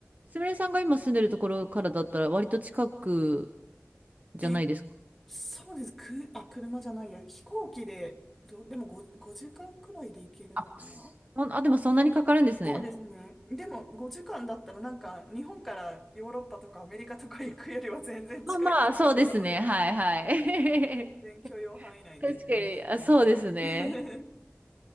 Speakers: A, on the right; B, in the centre.
A: すみれさんが今住んでるところからだったら割と近くじゃないですか。
B: え、そうです。く、あ、車じゃないや。飛行機で、ど、でも5、5時間くらいで行けるのかな
A: あ、あ、あでもそんなにかかるんですね。
B: そうですね。でも5時間だったらなんか日本からヨーロッパとかアメリカとか行くよりは全然近い感覚なので、
A: まあまあ、そうですね。はいはい。
B: 全然許容範囲内でなんですけど。
A: <laughs> 確かに、あ、そうですね。
B: <laughs>